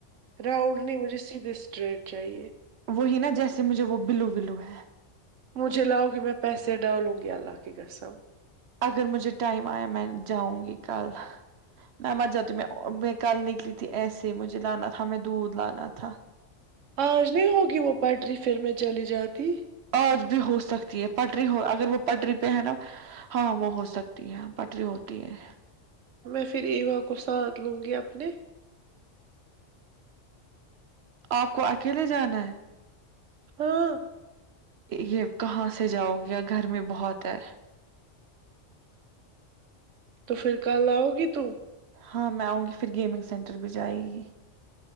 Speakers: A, on the right (about 80°); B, on the right (about 65°).
A: راؤڈلی مجھے سیدھے اسٹریٹ چاہیے
B: وہی نا جیسے مجھے وہ بلو بلو ہے
A: مجھے لایو گے میں پیسے ڈالوں گی اللہ کی قسم
B: اگر مجھے ٹائم ایا میں جاؤں گی کل میں مر جاتی میں میں کل نکلی تھی ایسے ہی مجھے لانا تھا دودھ لانا تھا
A: اج نہیں ہوگی وہ پٹری پھر میں چلی جاتی
B: اج بھی ہو سکتی ہے پٹری ہو اگر وہ پٹری پہ ہے نا ہاں وہ ہو سکتی ہے پٹری ہوتی ہے
A: میں پھر ایوا کو ساتھ لوں گی اپنے
B: اپ کو اکیلے جانا ہے
A: ہاں
B: یہ کہاں سے جاؤ گے گھر میں بہت ہے
A: تو پھر کل اؤ گی تم
B: ہاں میں اؤں گی پھر گیمنگ سینٹر بھی جائے گی